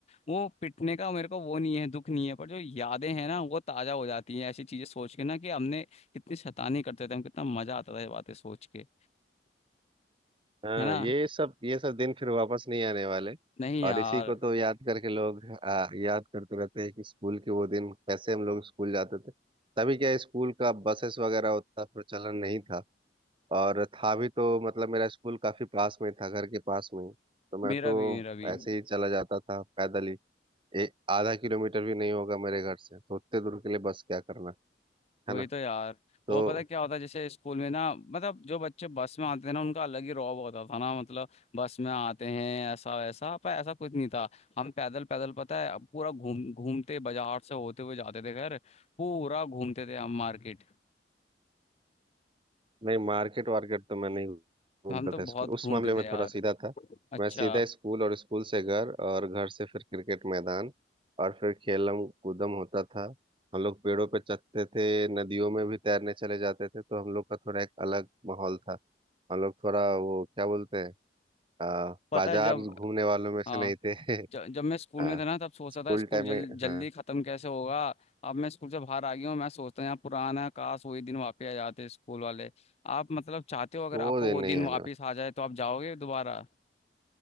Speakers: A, on the left (about 35°); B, on the right (about 30°).
A: वो पिटने का मेरे को वो नहीं है दुख नहीं है पर जो यादें हैं ना वो ताजा हो जाती हैं ऐसी चीजें सोच के ना कि हमने कितनी शैतानी करते थे हम कितना मजा आता था ये बातें सोच के
B: हाँ
A: है ना
B: ये सब ये सब दिन फिर वापस नहीं आने वाले
A: नहीं
B: और
A: यार
B: इसी को तो याद करके लोग आ, याद करते रहते हैं कि स्कूल के वो दिन कैसे हम लोग स्कूल जाते थे तभी क्या स्कूल का बसेस वगैरह उतना प्रचलन नहीं था और था भी तो मतलब मेरा स्कूल काफी पास में था घर के पास में ही। तो मैं
A: मेरा
B: तो
A: भी मेरा भी
B: ऐसे ही चला जाता था पैदल ही एक आधा किलोमीटर भी नहीं होगा मेरे घर से तो उतने दूर के लिए बस क्या करना है
A: वही
B: ना
A: तो यार
B: तो
A: वो पता है क्या होता है जैसे स्कूल में ना मतलब जो बच्चे बस में आते थे ना उनका अलग ही रौब होता था ना मतलब बस में आते हैं ऐसा वैसा पर ऐसा कुछ नहीं था हम पैदल पैदल पता है पूरा घूम घूमते बाजार से होते हुए जाते थे घर पूरा घूमते थे हम मार्केट
B: नहीं मार्केट वार्केट तो मैं नहीं घूमता
A: हम तो
B: था
A: बहुत
B: स्कूल उस
A: घूमते
B: मामले में
A: थे यार
B: थोड़ा सीधा था
A: अच्छा
B: मैं सीधा स्कूल और स्कूल से घर और घर से फिर क्रिकेट मैदान और फिर खेलम कूदम होता था हम लोग पेड़ों पे चढ़ते थे नदियों में भी तैरने चले जाते थे तो हम लोग का थोड़ा एक अलग माहौल था हम लोग थोड़ा वो क्या बोलते हैं आ,
A: पता
B: बाजार
A: है जब
B: घूमने वालों में से
A: हाँ
B: नहीं थे <laughs>
A: ज, जब मैं स्कूल
B: हाँ
A: में था ना तब सोचता
B: स्कूल
A: था स्कूल
B: टाइम
A: जल,
B: में
A: जल्दी
B: हाँ
A: खत्म कैसे होगा अब मैं स्कूल से बाहर आ गया हूँ मैं सोचता हूँ यार पुराना काश वही दिन वापस आ जाते स्कूल वाले आप मतलब चाहते हो अगर
B: वो
A: आपको
B: दिन
A: वो
B: नहीं
A: दिन
B: आने
A: वापस आ जाए तो आप जाओगे दोबारा